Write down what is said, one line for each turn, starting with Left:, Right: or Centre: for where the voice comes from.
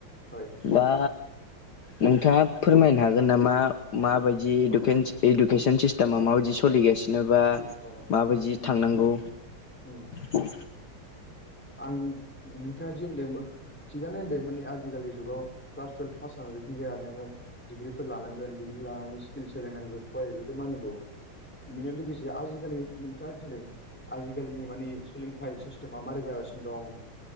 Centre: हय
Left: बा नोंथाङा फोरमायनो हागोन नामा माबायदि
Centre: अ
Left: डकेन्स इडुकेसन सिस्टेमा माबायदि सोलिगासिनोबा
Centre: औ
Left: माबायदि
Centre: उम
Left: थांनांगौ
Centre: उम
Left: औ
Centre: आं नोंथाङा जे होनदोंमोन। थिगानो होन्दों मानि आजिखालि जुगाव क्लास टुयेल्भ पास जानानै बिदि जाया नोङो डिग्रिफोर लानांगोन डिग्रि लानानै स्किल सोलायनांगोन हय बेथ' मानिगौ बेनो लोगोसे आजिखालि नोंथाङा दि होनदों आजिखालिनि माने सोलोंथाइ सिस्टेमा मारै जागासिनो दं